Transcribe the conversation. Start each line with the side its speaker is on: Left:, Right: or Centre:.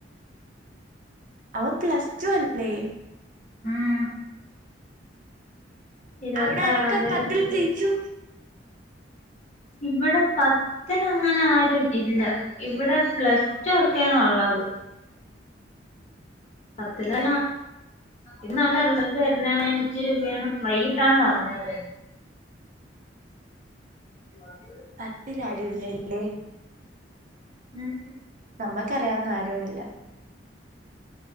Right: അവൻ പ്ലസ്ടു അല്ലേ
Left: ഉം ഇരുപത്തി
Right: അവിടെ ആരൊക്കെ
Left: ആറാം തീയതി
Right: പത്തിൽ
Left: റിസൽറ്റ്,
Right: ജയിച്ചു
Left: ഇവിടെ ഇവിടെ അങ്ങനെ ആരും ഇല്ല, ഇവിടെ പ്ലസ് ടു ഒക്കെയാണോ ഉള്ളത് പത്തില് ഇന്നാണെ, റിസൾട്ട് വരുന്നേന്ന് ഞാൻ ഇച്ചിരി മു വേണം വൈക വൈകിട്ടാണ് അറിഞ്ഞത്. <unintelligible>
Right: പത്തിൽ ആരുവില്ലല്ലേ.
Left: ഉം
Right: നമ്മക്കറിയാവുന്ന ആരും ഇല്ല